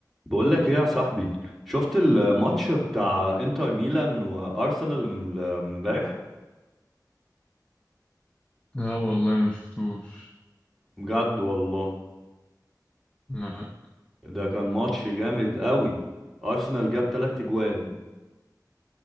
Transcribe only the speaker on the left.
لا والله ما شفتوش
لا